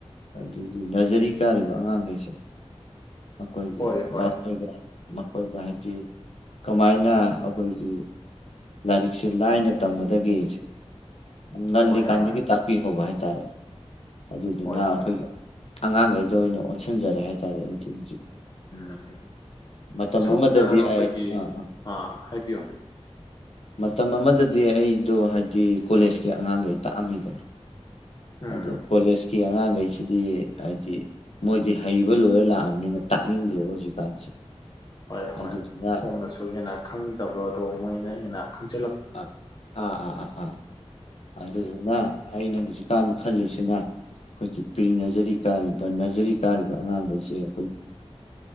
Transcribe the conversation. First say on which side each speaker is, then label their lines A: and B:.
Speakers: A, on the left (about 65°); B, on the left (about 35°).
A: ꯑꯗꯨꯗꯤ ꯅꯔꯖꯔꯤ ꯀꯥꯔꯤꯕ ꯑꯉꯥꯡꯈꯩꯁꯦ ꯑꯩꯈꯣꯏꯒꯤ
B: ꯍꯣꯏ ꯍꯣꯏ
A: ꯃꯈꯣꯏꯗ ꯃꯈꯣꯏꯗ ꯍꯥꯏꯗꯤ ꯀꯃꯥꯏꯅ ꯑꯩꯈꯣꯏꯒꯤ ꯂꯥꯏꯔꯤꯛꯁꯦ ꯂꯥꯏꯅ ꯇꯝꯒꯗꯒꯦ ꯉꯜꯂꯤꯀꯥꯟꯗꯒꯤ
B: ꯍꯣꯏ ꯍꯣꯏ
A: ꯇꯥꯛꯄꯤꯍꯧꯕ ꯍꯥꯏꯇꯥꯔꯦ ꯑꯗꯨꯗꯨꯅ
B: ꯍꯣꯏ ꯍꯣꯏ
A: ꯑꯩꯈꯣꯏꯒꯤ ꯑꯉꯥꯡꯈꯩꯗ ꯑꯣꯏꯅ ꯑꯣꯟꯁꯤꯟꯖꯔꯦ ꯍꯥꯏꯇꯥꯔꯦ ꯑꯗꯨꯤ
B: ꯎꯝ
A: ꯃꯇꯝ
B: ꯁꯣꯝꯅ
A: ꯑꯃꯗꯗꯤ
B: ꯑꯩꯈꯣꯏꯒꯤ
A: ꯑꯩ ꯑꯥ ꯑꯥ
B: ꯍꯥꯏꯕꯤꯌꯨ ꯍꯥꯏ
A: ꯃꯇꯝ ꯑꯃꯗꯗꯤ ꯑꯩꯗꯣ ꯍꯥꯏꯕꯗꯤ ꯀꯣꯂꯦꯖꯀꯤ ꯑꯉꯥꯡꯈꯩ ꯇꯥꯛꯑꯝꯃꯤꯗꯅ
B: ꯎꯝ ꯎꯝ
A: ꯑꯗꯣ ꯀꯣꯂꯦꯖꯀꯤ ꯑꯉꯥꯡ ꯀꯩꯁꯤꯗꯤ ꯍꯥꯏꯗꯤ ꯃꯣꯏꯗꯤ ꯍꯩꯕ ꯂꯣꯏꯔ ꯂꯥꯛꯑꯕꯅꯤꯅ ꯇꯥꯛꯅꯤꯡꯗ꯭ꯔꯦꯕ ꯍꯧꯖꯤꯛꯀꯥꯟꯁꯦ
B: ꯍꯣꯏ ꯍꯣꯏ
A: ꯑꯗꯨꯗꯨꯅ
B: ꯁꯣꯝꯅꯁꯨ ꯍꯦꯟꯅ ꯈꯪꯗꯕꯗꯣ ꯃꯣꯏꯅ ꯍꯦꯟꯅ ꯈꯪ
A: ꯑ ꯑꯥ ꯑꯥ ꯑꯥ ꯑꯥ ꯑꯗꯨꯗꯨꯅ ꯑꯩꯅ ꯍꯧꯖꯤꯛꯀꯥꯟ ꯈꯜꯂꯤꯁꯤꯅ ꯑꯩꯈꯣꯏꯒꯤ ꯄ꯭ꯔꯤ ꯅꯖꯔꯤ ꯀꯥꯔꯤꯕ ꯅꯖꯔꯤ ꯀꯥꯔꯤꯕ ꯑꯉꯥꯡꯁꯦ ꯑꯩꯈꯣꯏꯒꯤ